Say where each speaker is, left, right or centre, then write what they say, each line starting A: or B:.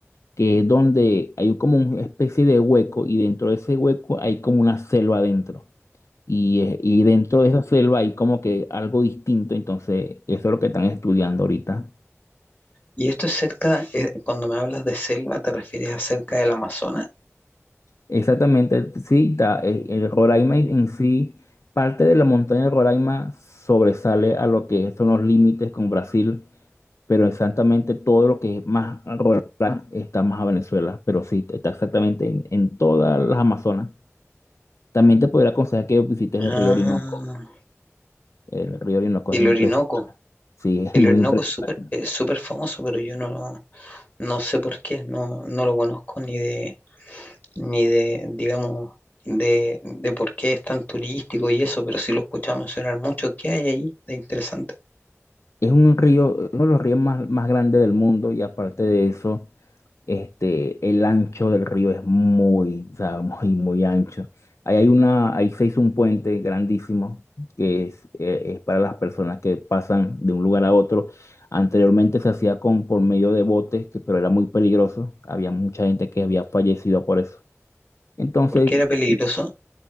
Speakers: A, on the left; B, on the left.
A: que es donde hay como una especie de hueco y dentro de ese hueco hay como una selva adentro. Y, eh, y dentro de esa selva hay como que algo distinto, entonces eso es lo que están estudiando ahorita.
B: Y esto es cerca, eh, cuando me hablas de selva, ¿te refieres a cerca del Amazonas?
A: Exactamente, sí, está, eh, el Roraima en sí, parte de la montaña del Roraima sobresale a lo que son los límites con Brasil pero exactamente todo lo que es más rural está más a Venezuela, pero sí, está exactamente en, en todas las Amazonas. También te podría aconsejar que visites el
B: Ah,
A: río Orinoco. El río Orinoco
B: el
A: es impresionante.
B: Orinoco.
A: Sí, es
B: El
A: muy
B: Orinoco
A: impresionante.
B: es súper es súper famoso, pero yo no, lo- no sé por qué, no, no lo conozco ni de, ni de, digamos, de, de por qué es tan turístico y eso, pero sí lo he escuchado mencionar mucho. ¿Qué hay ahí de interesante?
A: Es un río, uno de los ríos más, más grandes del mundo y aparte de eso, Este, el ancho del río es muy, o sea, <laughs> muy, muy ancho. Ahí hay una, ahí se hizo un puente grandísimo que es, eh, es para las personas que pasan de un lugar a otro. Anteriormente se hacía con, por medio de botes, que, pero era muy peligroso. Había mucha gente que había fallecido por eso. Entonces,
B: ¿Por qué era peligroso?
A: eh,